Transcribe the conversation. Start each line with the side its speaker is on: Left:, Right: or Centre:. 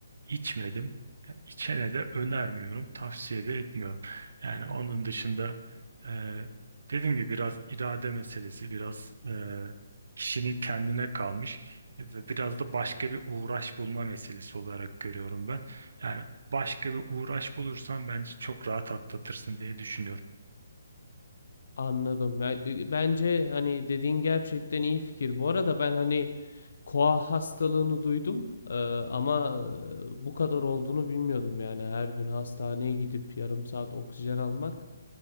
Right: içmedim. İçene de önermiyorum, tavsiye de etmiyorum. Yani onun dışında e, dediğim gibi biraz irade meselesi, biraz e, kişinin kendine kalmış ve biraz da başka bir uğraş bulma meselesi olarak görüyorum ben. Yani başka bir uğraş bulursan bence çok rahat atlatırsın diye düşünüyorum.
Left: Anladım. Ya, e, Bence hani dediğin gerçekten iyi fikir. Bu arada ben hani koa hastalığını duydum e, ama e, bu kadar olduğunu bilmiyordum yani. Her gün hastaneye gidip yarım saat oksijen almak